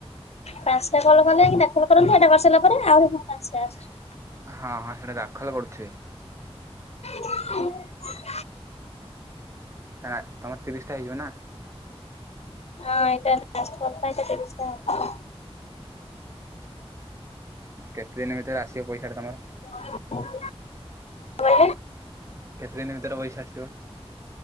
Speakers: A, on the left (about 80°); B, on the right (about 25°).
A: ପାଞ୍ଚଟା କଲ କଲୋ କଲ କରନ୍ତୁ ଏଟା କରିସାରିଲା ପରେ ଆହୁରି ମୁଁ ପାଞ୍ଚଟା ଆସୁଛି।
B: ହଁ ହଁ ସେଇଟା ଦାଖଲ କରୁଥିବେ।
A: <inaudible>
B: ନା ତମ ତିରିଶଟା ହେଇଯିବ ନା?
A: ହଁ ଏଇଟା ଲାଷ୍ଟ କଲ ଏଇଟା ତିରିଶ ଟା
B: କେତେ ଦିନ ଭିତରେ ଆସିବ ପଇସାଟା ତମର।
A: <inaudible> କହିଲେ
B: କେତେ ଦିନ ଭିତରେ ପଇସା ଆସିଥିବ?